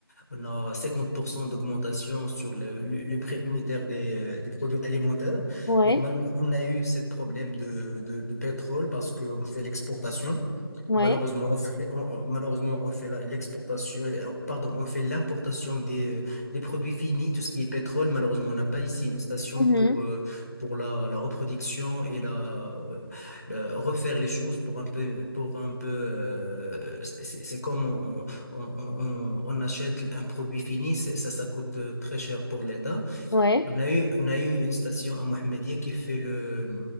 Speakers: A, on the left (about 40°); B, on the left (about 70°).
A: On a 50% d'augmentation sur le, le- le prix unitaire des, euh, des produits alimentaires.
B: ouais,
A: Normalement, on a eu ce problème de, de, de pétrole parce qu'on fait l'exportation.
B: ouais,
A: Malheureusement, on fait, on- on- malheureusement, on fait la- l'exportation, euh, pardon, on fait l'importation des, euh, des produits finis, tout ce qui est pétrole. Malheureusement, on n'a pas ici une station
B: mhm,
A: pour, euh, pour la, la reproduction et la, euh, la- refaire les choses pour un peu, pour un peu, euh, c'est c'est- c'est comme on, on, on, on- on achète un produit fini, c'est- ça, ça coûte euh, très cher pour l'État.
B: ouais,
A: On a eu, on a eu une station à Mohammedia qui fait le,